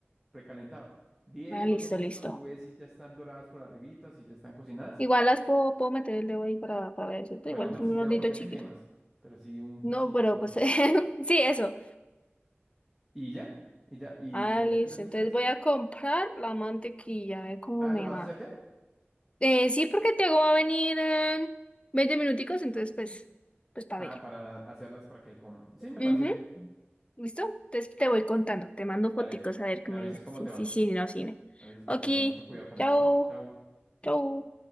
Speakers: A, in the centre; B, on the left.
A: precalentado. Diez,
B: Ah, listo,
A: 12 minutos,
B: listo.
A: tú ves si ya están doradas por arribita, si ya están cocinadas.
B: Igual las puedo, puedo meter el dedo ahí para, para ver, ¿cierto?
A: Pues
B: Igual
A: no metas
B: es un
A: el dedo
B: hornito
A: porque
B: chiquito.
A: te quemas, pero sí un cuchillito
B: No, pero
A: o
B: pues
A: algo.
B: <laughs> sí, eso.
A: Y ya, y ya, y
B: Ah,
A: sería
B: listo.
A: que las hicieras.
B: Entonces voy a comprar la mantequilla, a ver cómo
A: Ah,
B: me
A: ¿lo vas
B: va.
A: a hacer ya?
B: Eh, sí, porque Tiago va a venir en 20 minuticos, entonces pues, pues para
A: Ah,
B: ver.
A: para hacerlas para que él coma. Sí, me
B: Ujú,
A: parece bien.
B: ¿Listo? Entonces te voy contando, te mando foticos
A: Dale,
B: a ver qué
A: me
B: me
A: avisas
B: dices.
A: cómo
B: Sí,
A: te
B: sí,
A: va.
B: sí, no, cine.
A: Me avisas cómo
B: Ok,
A: te va. Mucho cuidado con
B: chao,
A: eso, ¿va? Chao.
B: chao.